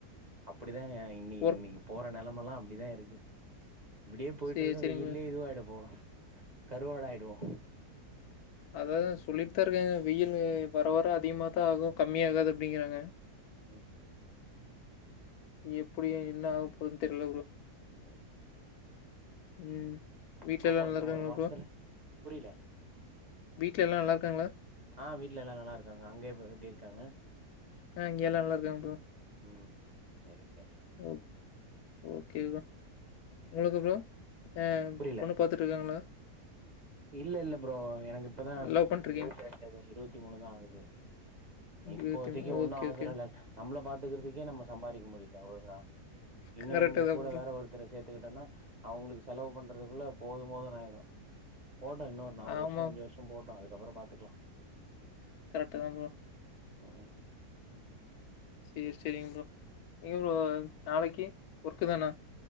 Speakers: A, on the right (about 35°); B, on the left (about 75°).
A: அப்டிதா இ
B: ஒர்க்
A: இன்னிக்கு போற நா நிலமெல்லாம் அப்டிதா இருக்கு இப்டியே போய்ட்டு
B: சேரி
A: இருந்தா
B: சேரிங்க
A: வெய்லயே இதுவாய்கிடு போல கருவாடாய்டுவோ
B: அதாதா சொல்லிட்டு தா இருக்காங்க வெயில் வர வர அதிகமாதா ஆகும் கம்மியா ஆகாது அப்டிங்குறாங்க
A: ம்
B: எப்டி என்ன ஆக போகுதுன்னு தெரில ப்ரோ
A: ம்
B: ம் வீட்ல
A: பாப்போ
B: எல்லா நல்லா
A: இன்னு
B: இருக்காங்களா
A: ஒரு மாசத்துல
B: ப்ரோ
A: புரில
B: வீட்ல யெல்லா நல்லா இருக்காங்களா
A: ஆ வீட்ல எல்லாம் நல்லா இருக்காங்க அங்க எப்டி இருக்காங்க
B: ஆ இங்க எல்லா நல்லா இருக்காங்க ப்ரோ
A: ம் செரி செரி
B: ஓகே ஓகே உங்களுக்கு ப்ரோ ஆ
A: புரில
B: பொண்ணு பாத்துட்டு இருக்காங்களா
A: இல்ல இல்ல ப்ரோ எனக்கு இப்பதா
B: லவ் பண்ட்ருக்கீங்
A: இருபத்தி ரெண்டு இருபத்தி மூணுதா ஆகுது இப்போதைக்கு
B: இருவத்தி மூ
A: ஒன்னு
B: ஓகே
A: அவசர
B: ஓகே
A: இல்ல நம்மள பாத்துகறதுக்கே நமக்கு சம்பாறிக்க முடில ஒழுங்கா இன்னு
B: கரெக்ட்டு
A: எங்க
B: தா
A: கூட
B: ப்ரோ
A: வேற ஒருத்தர சேத்துகிட்டன்னா அவங்களுக்கு செலவு பண்றதுக்குள்ள போதும் போதுனு ஆயிடும் போட்டும் இன்னொரு நாலு
B: ஆமா
A: வருஷ அஞ்சு வருஷ போட்டும் அதுக்கப்பற பாத்துக்லா
B: கரட்டு தா ப்ரோ
A: ம்
B: சேர் சேரிங் ப்ரோ எங்கி ப்ரோ நாளக்கி ஒர்க்கு தானா